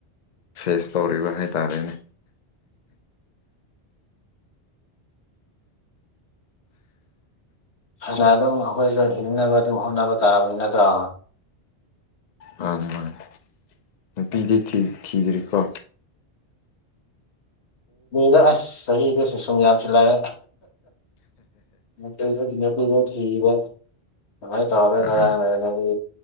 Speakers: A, on the left; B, on the left.
A: ꯐꯦꯁ ꯇꯧꯔꯤꯕ ꯍꯥꯏꯇꯥꯔꯦꯅꯦ
B: ꯍꯅ ꯑꯗꯨꯝ ꯑꯩꯈꯣꯏꯁꯨ ꯍꯤꯡꯅꯕ ꯑꯗꯨꯝ ꯍꯣꯠꯅꯕ ꯇꯥꯕꯅꯤ ꯅꯠꯇ꯭ꯔꯣ
A: ꯃꯥꯅꯦ ꯃꯥꯅꯦ ꯅꯨꯄꯤꯗꯤ ꯊꯤꯗ꯭ꯔꯤꯀꯣ
B: ꯗ ꯑꯁ ꯆꯍꯤꯗꯁꯨꯦ ꯁꯨꯡ ꯌꯥꯝꯁꯨ ꯂꯥꯛꯑꯦ ꯃ ꯀ ꯃ ꯊꯤꯒꯤꯕ ꯁꯉꯥꯏ ꯇ ꯍꯔ
A: ꯑꯥ
B: ꯅꯪꯗꯤ